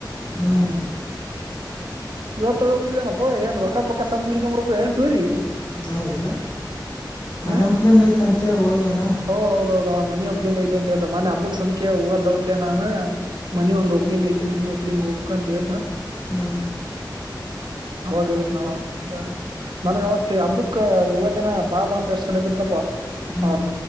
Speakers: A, on the left; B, on the right.
A: ಹ್ಮ್
B: ಇವತ್ತೊಳೆ ಊರ್ಗೇನಪ್ಪೋ ಏನ್ ರೊಕ್ಕ ಪಕ್ಕ ಸಜ್ ಮಾಡ್ಕೊಂಬರಕ್ಕೆ ಹೋಗ್ಯಾನ ಏನ್ ಟೂರಿಗೆ
A: ಹ್ಮ ಇಲ್ಲ ಮನೆ
B: ಹ್ಮ್
A: ಒಪ್ಲಂಗೆ ಐತಂತೆ ಹೋಗ್ಯಾನ
B: ಓ ಹೌದ ಹೌದ ಮನಿ ಒಪ್ಲಿಂಗ ಐತೆ ಅಂತ್ದ ಮನೆ ಹಬ್ಬಕ ಸಹ ಹೋಗೋ ಡೌಟ್ಲ ನಾನ ಮನೆ ಒಂದ ಓಪ್ಲಿಂಗ್ ಐತಿ ಮನೆ ಓಪ್ಲಿಂಗ ಹೋಗಬೇಕು ಅಂತ ಹೇಳ್ದ
A: ಹ್ಞೂ
B: ಅವಾಗ ಹೇಳಿದ್ದಾವ ನನ್ಗ ಅವತ್ತ ಹಬ್ಬಕ ಹೋಗದಿನ ಬಾಬಾ ಅಂತ ಎಷ್ಟ ಕಲೆ ಬಿದ್ನಪ್ಪ
A: ಹ್ಞೂ
B: ಆ